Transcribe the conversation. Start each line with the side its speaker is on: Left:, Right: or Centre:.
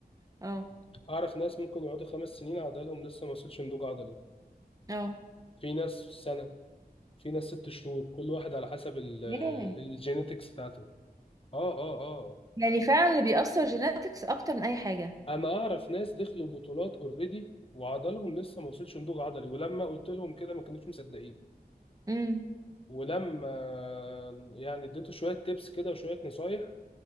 Right: اه
Left: اعرف ناس ممكن يقعدوا خمس سنين عضلهم لسه ما وصلش نضوج عضلي
Right: اه
Left: في ناس سنة في ناس ست شهور كل واحد على حسب
Right: ياه
Left: الجينيتكس بتاعته اه اه اه
Right: يعني فعلا اللي بيأثر جيناتكس اكتر من اي حاجة
Left: انا اعرف ناس دخلوا بطولات اوريدي وعضلهم لسه ما وصلش نضوج عضلي ولما قلت لهم كده ما كانوش مصدقين
Right: امم
Left: ولما يعني اديته شويه تيبس كده وشويه نصايح